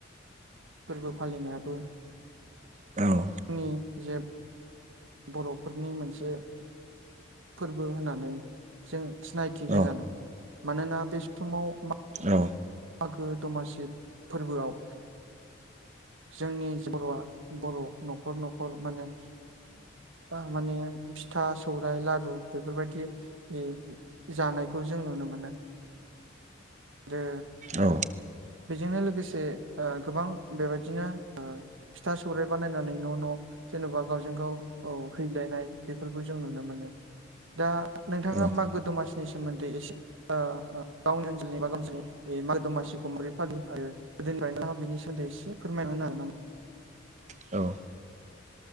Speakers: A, on the right; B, on the right.
A: फोरबो फालिनायाबो
B: औ
A: नि जेब बर'फोरनि मोनसे फोरबो होननानै जों सिनायथि
B: औ
A: होजानो मानोना बे समाव
B: औ
A: मागो दमासि फोरबोआव जोंनि जे बर'आ बर' न'खर न'खर माने माने फिथा सौराय लारु बेफोरबायदि यै जानायखौ जों नुनो मोनो। जे
B: औ
A: बेजोंनो लोगोसे ओ गोबां बेबायदिनो ओ फिथा सौराइ बानायनानै न' न' जेन'बा गावजों गाव औ हैलायनाय बेफोरखौ जों नुनो मोनो दा नोंथाङा
B: औ
A: मागो दमासिनि सोमोन्दै एसे ओ गावनि मागो दमासिखौै फालियो आरो गोदोनिफ्रायनो बिनि सोमोदै एसे फोरमायना होनो नामा
B: औ